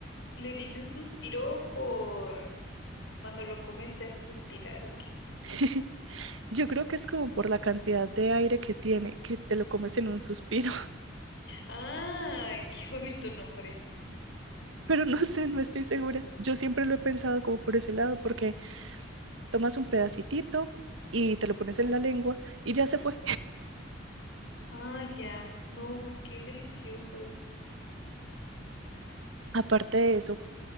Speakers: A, on the left (about 65°); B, on the right (about 75°).
A: Le dicen suspiro por cuando lo comes te hace suspirar, ¿o qué?
B: <laughs> yo creo que es como por la cantidad de aire que tiene, que te lo comes en un suspiro.
A: ¡Ay, qué bonito nombre!
B: pero no sé, no estoy segura. Yo siempre lo he pensado como por ese lado, porque tomas un pedacitito y te lo pones en la lengua y ya se fue.
A: Ah, ya. No, pues qué delicioso.
B: Aparte de eso,